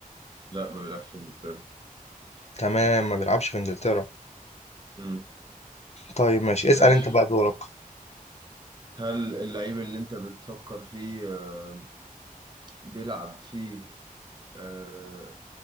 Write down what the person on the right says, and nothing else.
لا ما بيلعبش في انجلترا
مم.
ماشي
هل اللعيب اللي انت بتفكر فيه أه بيلعب في آه،